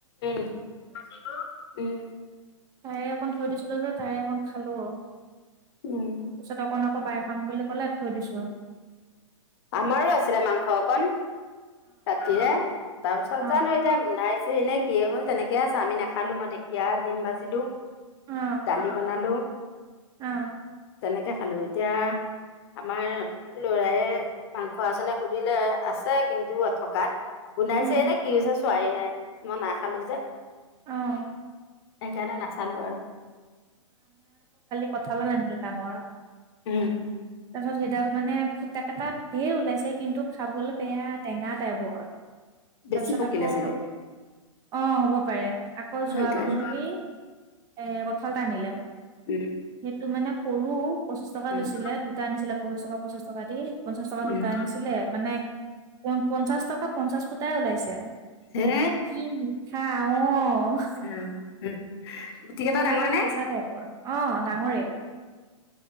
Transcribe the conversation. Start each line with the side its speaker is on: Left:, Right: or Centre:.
Left: উম।
Right: তাৰে অকন থৈ দিছিলো যে। তাৰে অকন খালো আৰু। তাৰ
Left: উম
Right: পাছত অকণ আকৌ বাই খাম বুলি ক'লে থৈ দিছোঁ আৰু।
Left: আমাৰো আছিলে মাংস অকণ। ৰাতিহে তাৰপিছত
Right: অ
Left: জানো এতিয়া গোন্ধাই এনেই কিয়ে হ'ল? তেনেকে আছে। আমি নাখালোঁ। মই ঢেকীয়া, দিম ভাজিলোঁ।
Right: অ
Left: দালি বনালোঁ।
Right: অ
Left: সেনেকে খালোঁ এতিয়া আমাৰ লৰায়ে মাংস আছেনে সুধিলে আছে কিন্তু থকাত গোন্ধাইছে
Right: উম
Left: এনে কি হৈছে ছোৱাহী নাই মই নাখালো যে
Right: অ
Left: সেইকাৰণে নাচালো আৰু
Right: কঠালৰ <unintelligible> ডাঙৰ
Left: উম,
Right: তাছত সেইডাল মানে ফুটা কেটাত ত ধঢেৰ ওলাইছে কিন্তু খাবলৈ বেয়া টেঙা টাইপৰ
Left: বেছি
Right: তাৰপিছত
Left: পকিলে
Right: আকৌ
Left: চাগে
Right: অ', হ'ব পাৰে। আকৌ,
Left: সেইকাৰণে
Right: যোৱা পৰহি এ, কঁঠাল এটা আনিলে,
Left: উম
Right: সেইটো মানে সৰু পঁচিছ টকা লৈছিলে
Left: উম
Right: দুটা আনিছিলে পঁচিছ টকা পঁচিছ টকা দি পঞ্চাশ টকা দুটা
Left: উম
Right: আনিছিলে মানে পন -পঞ্চাশ টকা পঞ্চাশ ফুটাই ওলাইছে।
Left: হে
Right: কি মিঠা, অ'!
Left: উম উম গুটি কেইটা
Right: মানে,
Left: ডাঙৰ
Right: অলপ
Left: নে
Right: কেঁচা টাইপৰ। অ', ডাঙৰেই।